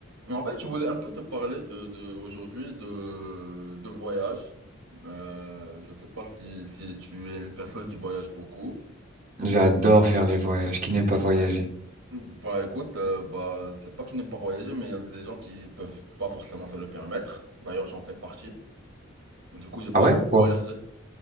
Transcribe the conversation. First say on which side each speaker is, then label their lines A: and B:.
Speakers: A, on the right; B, on the right.
A: Mais En fait, je voulais un peu te parler de, de aujourd'hui de, de voyage. Euh, je ne sais pas si, si tu es une personne qui voyage beaucoup.
B: J'adore faire les voyages. Qui n'aime pas voyager?
A: Bah écoute, euh, bah c'est pas qu'ils n'aiment pas voyager, mais il y a des gens qui peuvent pas forcément se le permettre. D'ailleurs, j'en fais partie. Du coup, j'ai pas
B: Ah ouais,
A: beaucoup
B: pourquoi?
A: voyagé.